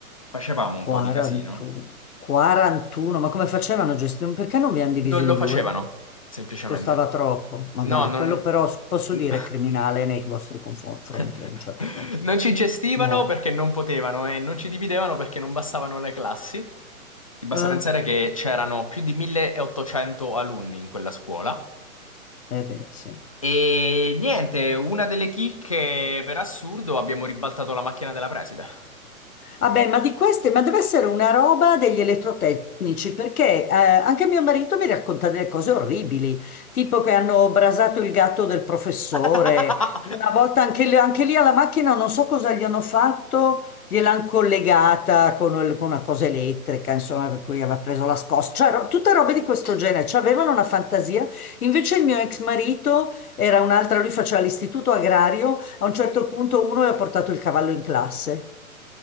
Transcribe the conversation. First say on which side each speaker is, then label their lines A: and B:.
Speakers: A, on the left; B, on the left.
A: facevamo
B: 41.
A: un po' di casino.
B: 41, ma come facevano a gestire? Perché non vi hanno diviso
A: Non
B: in
A: lo
B: due?
A: facevano, semplicemente.
B: Costava troppo. Madonna,
A: No, non...
B: quello però s- posso
A: <laughs>
B: dire è criminale nei vostri confronti
A: <laughs>
B: a un certo punto.
A: Non ci gestivano
B: Mo.
A: perché non potevano e non ci dividevano perché non bastavano le classi. Ti basta
B: Eh?
A: pensare che c'erano più di 1800 alunni in quella scuola.
B: Eh beh, sì.
A: E niente, una delle chicche, per assurdo, abbiamo ribaltato la macchina della preside.
B: Vabbè, ma di queste, ma deve essere una roba degli elettrotecnici, perché eh, anche mio marito mi racconta delle cose orribili, tipo che hanno brasato il gatto del professore,
A: <laughs>
B: una volta anche, lì anche lì alla macchina non so cosa gli hanno fatto, gliel'hanno collegata con, il- con una cosa elettrica, insomma, per cui aveva preso la scossa, cioè ro- tutte robe di questo genere, cioè, avevano una fantasia. Invece il mio ex marito era un'altra, lui faceva l'istituto agrario, a un certo punto uno gli ha portato il cavallo in classe.